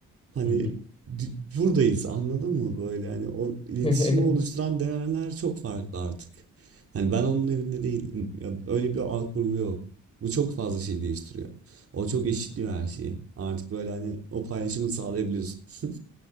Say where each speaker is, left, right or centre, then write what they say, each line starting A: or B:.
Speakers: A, on the right (about 50°); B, on the left (about 20°).
A: hani
B: Hı hı.
A: di- buradayız anladın mı böyle hani o iletişimi
B: <laughs>
A: oluşturan değerler çok farklı artık. Hani ben onun evinde değilim. Ya öyle bir ağ kurgu yok. Bu çok fazla şey değiştiriyor. O çok eşitliyor her şeyi. Artık böyle hani o paylaşımı sağlayabiliyorsun.